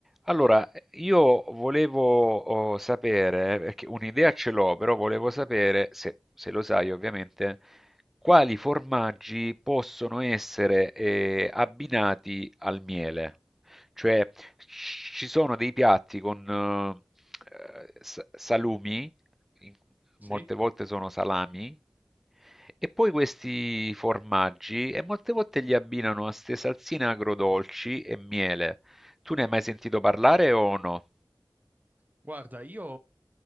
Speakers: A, in the centre; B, on the right (about 20°).
A: Allora, io volevo oh, sapere, perché un'idea ce l'ho, però volevo sapere, se, se lo sai ovviamente, quali formaggi possono essere eh, abbinati al miele. Cioè, ci sono dei piatti con eh, sa- salumi, in- molte
B: Sì,
A: volte sono salami, e poi questi formaggi, e molte volte li abbinano a ste salsine agrodolci e miele. Tu ne hai mai sentito parlare o no?
B: guarda, io